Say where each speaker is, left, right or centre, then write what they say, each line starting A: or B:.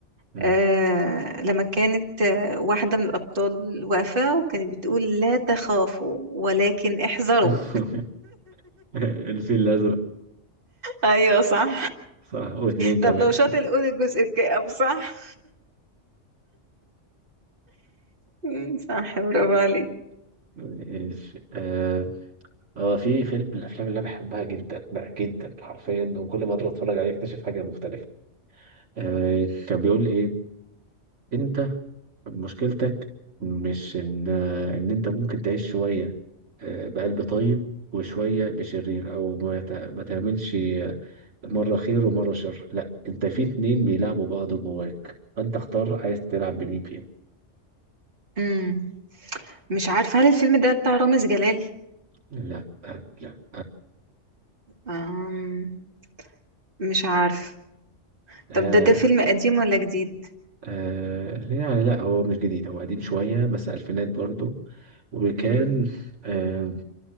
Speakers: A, on the right (about 70°); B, on the right (about 45°).
A: مم.
B: آه لما كانت آه، واحدة من الأبطال واقفة وكانت بتقول لا تخافوا ولكن احذروا
A: <laughs> الفيل الأزرق
B: أيوة صح
A: صح واتنين كمان
B: طب لو شاطر
A: <laughs>
B: قول الجزء الكئيب صح مم، صح برافو عليك
A: ماشي آه، هو في فيلم من الافلام اللي انا بحبها جدا بقى جدا حرفيا وكل ما ادخل اتفرج عليه اكتشف حاجه مختلفه آه كان بيقول ايه انت مشكلتك مش ان آه، ان انت ممكن تعيش شويه آه بقلب طيب وشويه بشرير او ما, تع- ما تعملش آه، مره خير ومره شر لا انت في اتنين بيلعبوا بعض جواك فانت اختار عايز تلعب بمين فيهم
B: امم مش عارفة هل الفيلم ده بتاع رامز جلال
A: لا آه، لا
B: أم... مش عارف
A: آه.
B: طب ده ده فيلم قديم ولا جديد
A: آه يعني لا هو مش جديد هو قديم شوية بس ألفينات برضو وكان
B: امم
A: آه